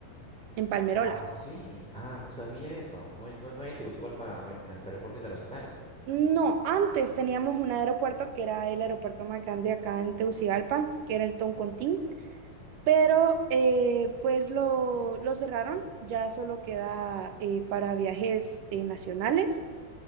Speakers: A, on the right; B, in the centre.
A: en Palmerola.
B: Ah, sí. Ah, no sabía eso. No hay, no, no hay en Tegucigalpa avión, en este aeropuerto internacional.
A: No, antes teníamos un aeropuerto que era el aeropuerto más grande acá en Tegucigalpa, que era el Toncontín, pero eh, pues lo, lo cerraron, ya solo queda eh, para viajes eh, nacionales